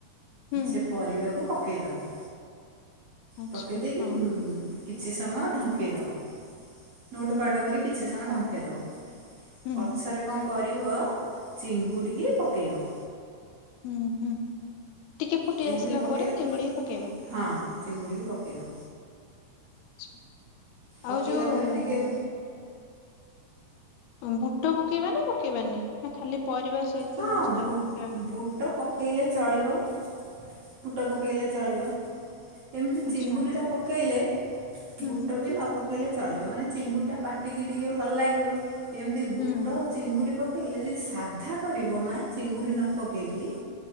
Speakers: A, on the left (about 80°); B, on the right (about 55°).
A: ହୁଁ
B: ସେ ପରିବାକୁ ପକାଇଦବ।
A: ଆଚ୍ଛା
B: ପକେଇ ଦେଇକି
A: ହଁ
B: କିଛି ସମୟ ଢଙ୍କେଇଦବ। ନୋଟ
A: ହୁଁ
B: ପାଟ୍
A: ହୁଁ।
B: କରିକି କିଛି ସମୟ ଢଙ୍କେଇଦବ।
A: ହୁଁ
B: ପଛରେ କଣ କରିବ ଚିଙ୍ଗୁଡ଼ିକି ପକେଇବ।
A: ହୁଁ ହୁଁ ଟିକେ ଫୁଟି
B: ଚିଙ୍ଗୁଡ଼ି
A: ଆସିଲା
B: ପକାଇ
A: ପରେ ଚିଙ୍ଗୁଡ଼ିକୁ ପକେଇବା।
B: ହଁ ଚିଙ୍ଗୁଡ଼ିକି ପକେଇବ।
A: ଆଚ୍ଛା ଆଉ
B: ପକେଇଲା
A: ଯୋଉ
B: ପରେ ଟିକେ
A: ହଁ ବୁଟ ପକେଇବ ନା ପକେଇବାନି ନା ଖାଲି ପରିବା ସହିତ
B: ହଁ
A: ସେଟାକୁ
B: ବୁ
A: ପକେଇବା?
B: ବୁଟ ପକାଇଲେ ଚଳିବ ବୁଟ ପକାଇଲେ ଚଳିବ। ଏମିତି
A: ଆଚ୍ଛା
B: ଚିଙ୍ଗୁଡ଼ିଟା ପକେଇଲେ
A: ହୁଁ
B: ବୁଟ ବି ନ ପକେଇଲେ ନ ପକେଇଲେ ଚଳିବ। ମାନେ ଚିଙ୍ଗୁଡ଼ିଟା ପାଟିକି ଟିକେ ଭଲ ଲାଗିବ ଏମିତି
A: ହୁଁ
B: ବୁଟ ଚିଙ୍ଗୁଡ଼ି ପକେଇଲେ ଯଦି ସାଧା କରିବ ନା ଚିଙ୍ଗୁଡ଼ି ନ ପକେଇକି